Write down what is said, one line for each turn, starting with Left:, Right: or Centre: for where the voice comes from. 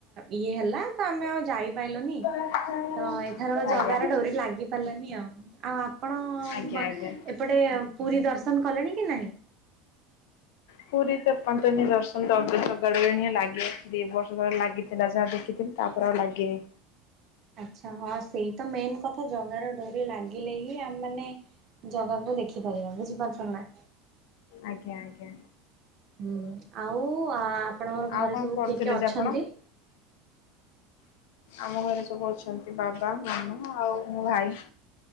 Right: ଇଏ ହେଲା ତ ଆମେ ଆଉ ଯାଇପାଇଲୁନି।
Left: ଆଜ୍ଞା
Right: ତ ଏଥର ଜଗାର ଡୋରି ଲାଗି ହେଲାନି ଆଉ, ଆଉ ଆପଣ
Left: ଆଜ୍ଞା
Right: ବ
Left: ଆଜ୍ଞା
Right: ଏପଟେ ପୁରୀ ଦର୍ଶନ କଲେଣି କି ନାହିଁ।
Left: ପୁରୀ ତପ ତ ଦର୍ଶନ ଜଗା ର ଲାଗିନିଁ। ଦିଇ ବର୍ଷ ତଳେ ଲାଗିଥିଲା ଯାହା ଦେଖିଥିଲି। ତା ପରେ ଆଉ ଲାଗିନି।
Right: ଆଚ୍ଛା ହଁ, ସେଇ ତ ମେନ୍ କଥା ଜଗାର ଡୋରି ଲାଗିଲେ ହିଁ ଆମ ମାନେ ଜଗାକୁ ଦେଖି ପାରିବା ବୁଝିପାରୁଛ ନା।
Left: ଆଜ୍ଞା ଆଜ୍ଞା।
Right: ହୁଁ ଆଉ ଆପଣଙ୍କର
Left: ଆଉ
Right: ଘରେ
Left: କଣ
Right: ସବୁ
Left: କରୁଥିଲେ
Right: କିଏ କିଏ ଅଛନ୍ତି?
Left: ଯେ ଆପଣ? ଆମ ଘରେ ସବୁ ଅଛନ୍ତି ବାବା, ମାମା, ଆଉ ମୋ ଭାଇ।